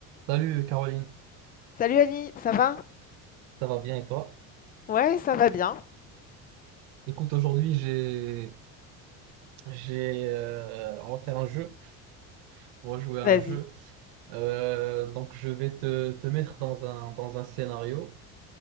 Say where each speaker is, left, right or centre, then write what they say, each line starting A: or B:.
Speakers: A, on the right; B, on the left.
A: Salut Caroline,
B: Salut Ali, ça va?
A: ça va bien et toi?
B: Ouais, ça va bien.
A: Écoute, aujourd'hui j'ai j'ai euh, on va faire un jeu, on va jouer à
B: Vas-y,
A: un jeu. Euh, donc je vais te, te mettre dans un dans un scénario